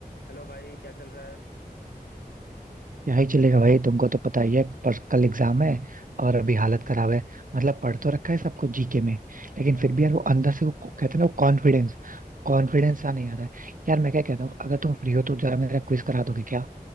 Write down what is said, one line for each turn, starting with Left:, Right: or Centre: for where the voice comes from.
Left: हेलो भाई क्या चल रहा है
Right: यही चलेगा भाई तुमको तो पता ही है पर कल एग्जाम है और अभी हालत खराब है मतलब पढ़ तो रखा है सब कुछ जीके में लेकिन
Left: हाँ
Right: फिर भी यार वो अंदर से वो कहते हैं ना वो कॉन्फिडेंस कॉन्फिडेंस सा नहीं आ रहा है यार मैं क्या कहता हूँ अगर तुम फ्री हो तो जरा मेरा क्विज करा दोगे क्या